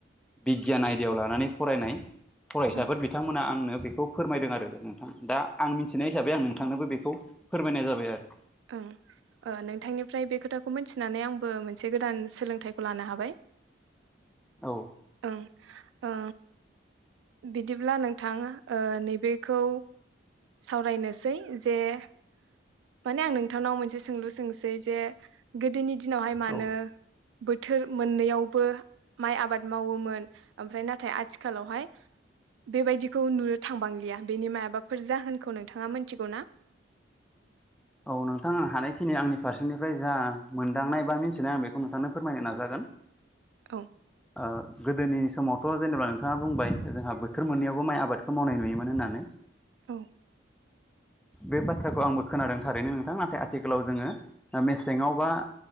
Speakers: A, in the centre; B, on the right.
A: बिगियान आयदायाव लानानै फरायनाय फरायसाफोर
B: ओं
A: बिथांमोना आंनो बेखौ फोरमायदों आरो नोंथां दा आं मिथिनाय हिसाबै आं नोंथांनोबो बेखौ फोरमायनाय जाबाय आरो
B: औ ओ नोंथांनिफ्राय बे खोथाखौ मिथिनानै आंबो मोनसे गोदान सोलोंथाइखौ लानो हाबाय
A: औ
B: औ औ बिदिब्ला नोंथां ओ नैबेखौ सावरायनोसै जे माने आं नोंथांनाव मोनसे सोंलु सोंसै जे गोदोनि दिनावहाय मानो
A: औ
B: बोथोर मोननैयाव बो माइ आबाद मावोमोन ओमफ्राय नाथाय आथिखालावहाय बेबायदि खौ नुनो थांबांलिया बेनि माबाफोर जाहोनखौ नोंथाङा मिथिगौ ना
A: औ नोंथां हानायखिनि आंनि फारसेनिफ्राय जा मोनदांनाय बा मिथिनाय आं बेखौ नोंथांनो फोरमायनो नाजागोन <inaudible>
B: औ
A: ओ गोदोनि समावथ' जेनेबा नोंथाङा बुंबाय जोंहा बोथोर मोननैयावबो माइ आबादखौ मावनाय नुयोमोन होननानै
B: औ
A: बे बाथ्राखौ आंबो खोनादों थारैनो नोंथां नाथाय आथिखालाव जोङो मेसेङाव बा